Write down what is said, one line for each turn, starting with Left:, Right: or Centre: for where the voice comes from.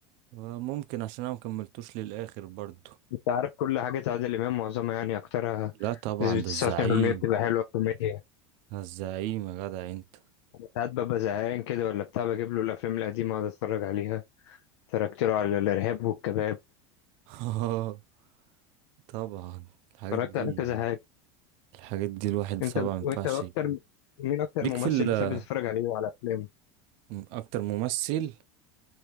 Right: آه، ممكن عشان انا مكملتوش للاخر برضو
Left: أنت عارف كل حاجة عادل إمام معظمها يعني أكترها
Right: لا طبعا
Left: نسبة 99%
Right: ده الزعيم
Left: بتبقى حلوة كوميديا
Right: ده الزعيم يا جدع انت
Left: ساعات ببقى زهقان كده ولا بتاع بجيب له الافلام القديمه اقعد اتفرج عليها اتفرجت له على الارهاب والكباب
Right: <laughs> طبعا الحاجات
Left: اتفرجت
Right: دي
Left: على كذا حاجه
Right: الحاجات دي الواحد
Left: انت
Right: طبعا ما ينفعش
Left: وانت اكتر
Right: يفوت.
Left: مين اكتر
Right: ليك
Left: ممثل
Right: في ال-
Left: بتحب تتفرج عليه وعلى افلامه
Right: اكتر ممثل